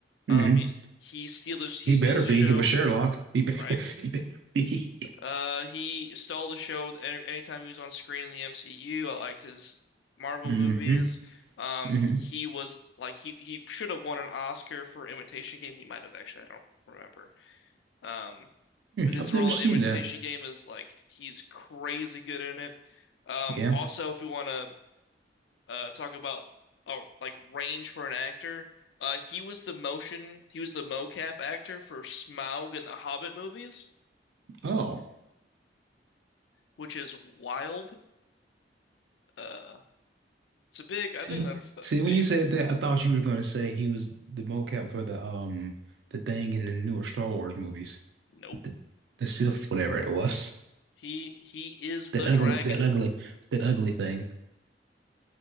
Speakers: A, on the left; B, on the right.
A: Um,
B: hmm
A: he he steals he
B: He
A: steals
B: better
A: the
B: be.
A: show,
B: He was Sherlock. He better,
A: right?
B: <laughs> he better be.
A: Uh, he stole the show anytime he was on screen in the MCU. I liked his Marvel
B: hmm
A: movies.
B: hmm
A: Um,
B: Hmm.
A: he was like he he should have won an Oscar for Imitation Game. He might have actually, I don't remember. Um, but his
B: I've never
A: role
B: seen
A: in Imitation
B: that.
A: Game is like he's crazy good in it. Um,
B: Yeah.
A: also, if you want to uh talk about uh, like range for an actor. Uh he was the motion he was the mocap actor for Smaug in the Hobbit movies,
B: Oh.
A: which is wild. Uh it's a big I
B: See,
A: think that's a
B: see, when
A: big
B: you said that, I thought you were going to say he was the mocap for the um the thing in the newer Star Wars movies,
A: nope.
B: the the Sith, whatever it was.
A: He he is
B: That
A: the
B: ugly,
A: dragon.
B: that ugly, that ugly thing.